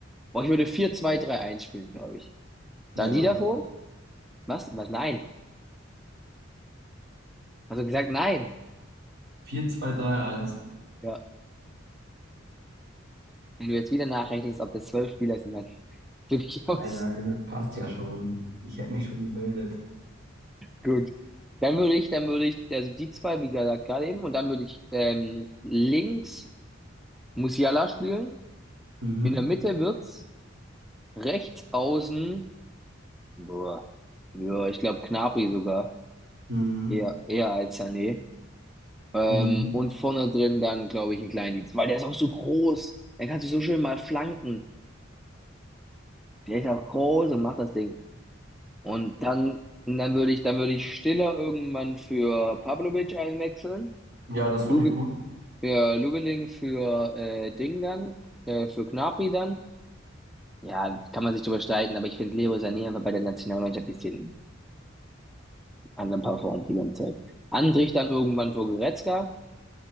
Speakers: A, in the centre; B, on the right.
A: boah, ich würde vier zwei drei eins spielen, glaube ich. Dann
B: Ja.
A: die davor? Was? Was? Nein. Hast du gesagt nein?
B: vier zwei drei eins
A: Ja. Wenn du jetzt wieder nachrechnest, ob das zwölf Spieler sind, dann <laughs> bin ich aus.
B: Nein, nein, das passt ja schon. Ich hätte mich schon gemeldet.
A: Gut. Dann würde ich, dann würde ich, also die zwei, wie gesagt, gerade eben, und dann würde ich ähm, links Musiala spielen.
B: Mhm.
A: In der Mitte wird's rechts außen. Boah. Ja, ich glaube Gnabry sogar.
B: Mhm.
A: Eher, eher als Sané. Ähm,
B: Mhm.
A: und vorne drin dann, glaube ich, einen Kleindienst, weil der ist auch so groß. Er kann sich so schön mal flanken. Der ist auch groß und macht das Ding. Und dann, und dann würde ich, dann würde ich Stiller irgendwann für Pavlovic einwechseln.
B: Ja, das finde
A: Luge,
B: ich gut.
A: für Lugeling, für äh, Ding dann, äh, für Gnabry dann. Ja, kann man sich drüber streiten, aber ich finde Leroy Sané einfach bei der Nationalmannschaft ein bisschen anderen performt die ganze Zeit. Andrich dann irgendwann für Goretzka